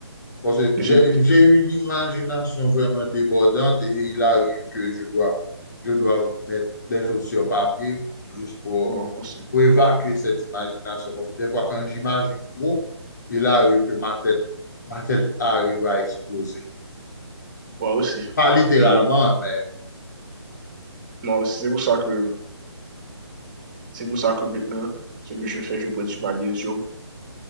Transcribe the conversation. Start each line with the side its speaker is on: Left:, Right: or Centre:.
Left: Parce que
Right: J'écris.
Left: j'ai j'ai une imagination vraiment débordante et il arrive que je dois, je dois mettre des choses sur papier juste pour,
Right: Moi aussi.
Left: pour évacuer cette imagination. Parce que des fois, quand j'imagine trop, il arrive que ma tête, ma tête arrive à exploser.
Right: Moi aussi.
Left: Pas littéralement,
Right: Et
Left: mais...
Right: moi aussi, c'est pour ça que, c'est pour ça que maintenant, ce que je fais, je prends du magnésium.